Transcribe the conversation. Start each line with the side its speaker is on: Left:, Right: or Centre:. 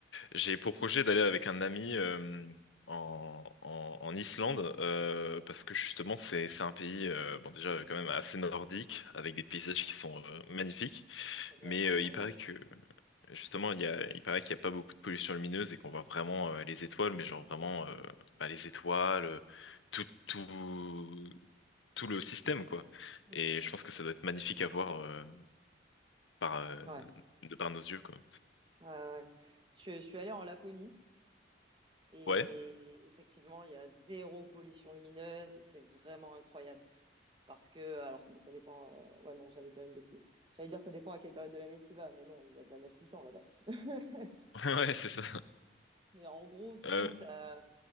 Left: j'ai pour projet d'aller avec un ami euh, en, en, en Islande euh, parce que justement c'est c'est un pays euh, bon déjà euh, quand même assez nordique avec des paysages
Right: Ouais,
Left: qui sont euh, magnifiques,
Right: Ah, ça doit
Left: mais
Right: être incroyable.
Left: euh, il paraît que justement il y a il paraît qu'il n'y a pas beaucoup de pollution lumineuse et qu'on voit vraiment euh, les étoiles, mais genre vraiment euh, bah, les étoiles, euh, tout tout tout le système quoi.
Right: Mm,
Left: Et
Right: mm,
Left: je pense
Right: mm,
Left: que ça
Right: mm.
Left: doit être magnifique à voir euh, par euh,
Right: Ouais.
Left: de par nos yeux quoi.
Right: Ouais, ouais. Je, suis je suis allée en Laponie et
Left: Ouais,
Right: effectivement, il y a zéro pollution lumineuse et c'est vraiment incroyable. Parce que, alors bon, ça dépend. euh, ouais, non, j'allais dire une bêtise. J'allais dire ça dépend à quelle période de l'année tu y vas, mais non, il y a de la neige tout le temps là-bas. <laughs>
Left: <laughs> ouais, c'est ça.
Right: Mais en gros, du
Left: Euh,
Right: coup, t'as